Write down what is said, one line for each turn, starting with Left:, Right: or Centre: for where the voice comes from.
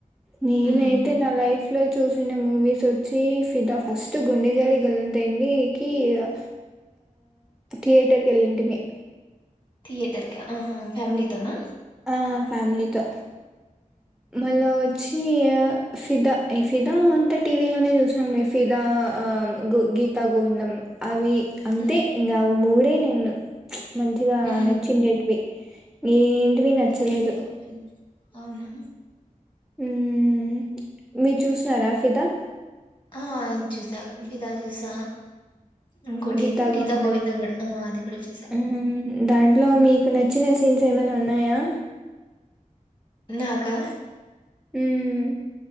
Centre: నేనైతే
Left: ఉమ్
Centre: నా లైఫ్ లో చూసిన మూవీస్ స్ వచ్చి ఫిదా ఫస్ట్ గుండె జారి గల్లంతైంది కి ఆ థియేటర్కి ఎళ్ళింటిమీ
Left: థయేటర్కి ఆహా ఫమలీతోనా
Centre: ఆ ఫ్యామిలీతో మళ్ళ వచ్చి ఫిదా ఈ ఫిదా అంతా టీవీలోనే చూసినాం ఫిదా ఆ గీతా గోవిందం అవి అంతే
Left: ఉమ్
Centre: ఇంకా మూడే నేను మంచిగా
Left: ఉహు
Centre: నచ్చండేటివి ఏంటివి నచ్చలేదు
Left: ఫిదా గీత గోవింద్ అవునా
Centre: మ్మ్ మీరు చూసినారా ఫిదా
Left: ఆ చూసా పితా చూసా ఇంకోటేది
Centre: గీతా గోవిందం
Left: కూడా ఆ అది కూడా చూసా
Centre: మ్ దాంట్లో మీకు నచ్చిన సీన్స్ ఏమైనా ఉన్నాయా
Left: నాకా
Centre: మ్మ్